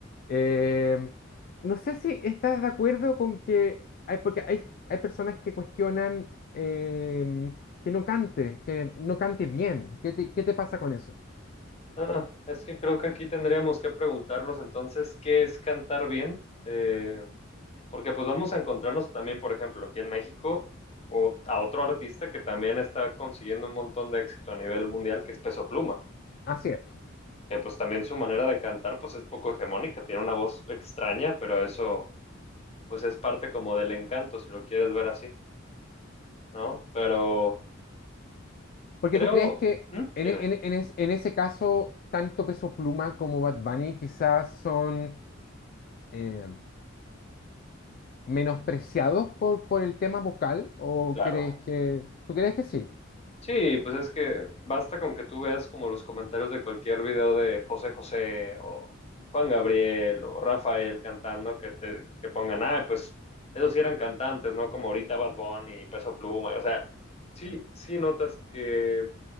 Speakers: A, on the left (about 45°); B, on the left (about 30°).
A: Eh, no sé si estás de acuerdo con que hay, porque hay, hay personas que cuestionan eh, que no cante, que no cante bien. ¿Qué te, qué te pasa con eso?
B: Ah, es que creo que aquí tendríamos que preguntarnos entonces qué es cantar bien. Eh, Porque pues vamos a encontrarnos también, por ejemplo, aquí en México, o a otro artista que también está consiguiendo un montón de éxito a nivel mundial, que es Peso Pluma,
A: Así es.
B: que pues también su manera de cantar pues es poco hegemónica, tiene una voz extraña, pero eso pues es parte como del encanto, si lo quieres ver así, ¿no? Pero
A: Porque
B: creo,
A: tú crees que
B: ¿Mm?
A: en,
B: dime,
A: e- en e- en es- en ese caso, tanto Peso Pluma como Bad Bunny quizás son eh, menospreciados por, por el tema vocal, ¿o
B: claro.
A: crees que... ¿Tú crees que sí?
B: Sí, pues es que basta con que tú veas como los comentarios de cualquier video de José José o Juan Gabriel o Rafael cantando que te que pongan, ah, pues esos sí eran cantantes, ¿no? Como ahorita Bad Bunny y Peso Pluma, o sea, sí, sí notas que